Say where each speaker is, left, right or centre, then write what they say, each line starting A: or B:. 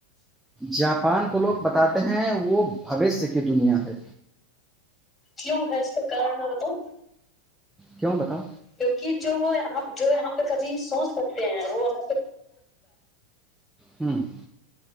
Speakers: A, in the centre; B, on the left.
A: جاپان کو لوگ بتاتے ہیں وہ بوشیہ کی دنیا ہے
B: کیوں ہے اس کن میں بتاؤں
A: کیوں بتاؤ
B: کیونکہ جو وہ یہاں <inaudible> جو یہاں کبھی سوچ سکتے ہیں وہ ہم
A: ہوں <inaudible>